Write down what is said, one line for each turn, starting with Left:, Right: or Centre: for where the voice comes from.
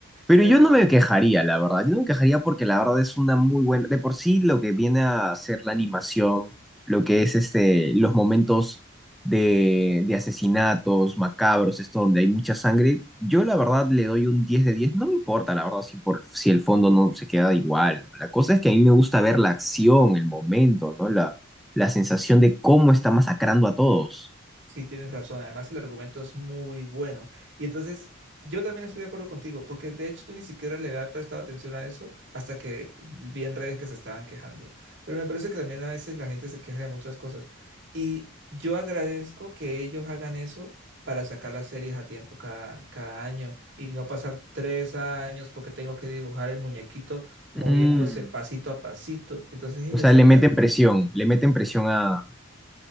Centre: Pero
Right: Pero
Centre: yo no me quejaría, la verdad. Yo no me quejaría porque la verdad es una muy buena. De por sí, lo que viene a ser la animación, lo que es este, los momentos de, de asesinatos macabros, esto donde hay mucha sangre, yo la verdad le doy un diez de diez No me importa, la verdad, si, por, si el fondo no se queda igual, ¿no? La cosa es que a mí me gusta ver la acción, el momento, ¿no? La, la sensación de cómo está masacrando a todos.
Right: Sí, tienes razón. Además, el argumento es muy bueno. Y entonces, yo también estoy de acuerdo contigo, porque de hecho yo ni siquiera le había prestado atención a eso hasta que vi en redes que se estaban quejando. Pero me parece que también a veces la gente se queja de muchas cosas. Y yo agradezco que ellos hagan eso para sacar las series a tiempo cada, cada año y no pasar tres años porque tengo que dibujar el muñequito moviéndose
Centre: Mm,
Right: pasito a pasito. Entonces ellos
Centre: o sea,
Right: sacan
Centre: le meten presión, le meten presión a,